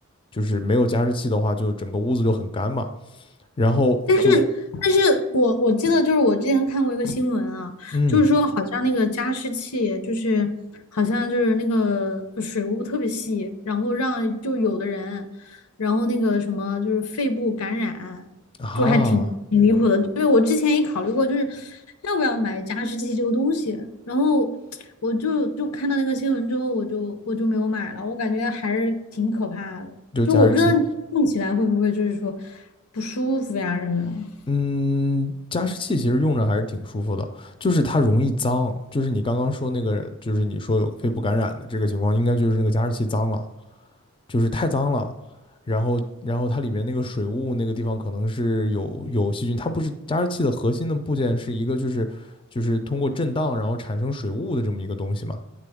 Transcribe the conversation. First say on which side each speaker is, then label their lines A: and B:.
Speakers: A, on the left; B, on the left.
A: 就是没有加湿器的话，就整个屋子就很干嘛。然后就
B: 但是，但是我我记得就是我之前看过一个新闻啊，
A: 嗯
B: 就是说好像那个加湿器就是好像就是那个水雾特别细，然后让就有的人，然后那个什么就是肺部感染，
A: 啊，
B: 就还挺挺离谱的。对，我之前也考虑过，就是要不要买加湿器这个东西，然后我就就看到那个新闻之后，我就我就没有买了，我感觉还是挺可怕的。
A: 就是加湿器，
B: 就我不知道你用起来会不会就是说不舒服呀什么的。
A: 嗯，加湿器其实用着还是挺舒服的，就是它容易脏，就是你刚刚说那个，就是你说有肺部感染的这个情况，应该就是那个加湿器脏了，就是太脏了，然后然后它里面那个水雾那个地方可能是有有细菌，它不是加湿器的核心的部件是一个就是就是通过震荡然后产生水雾的这么一个东西嘛。